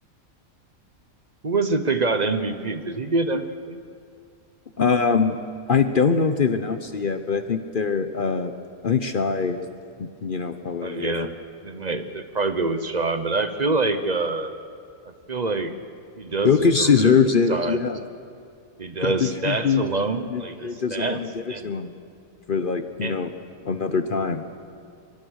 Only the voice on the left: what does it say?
Um, I don't know if they've announced it yet, but I think they're, uh, I think Shy is, you know, probably
going
to get it.
Jokic
deserves
it.
Yeah.
But the truth
is,
the
NBA
doesn't want to give
it to him for like, you
know, another time.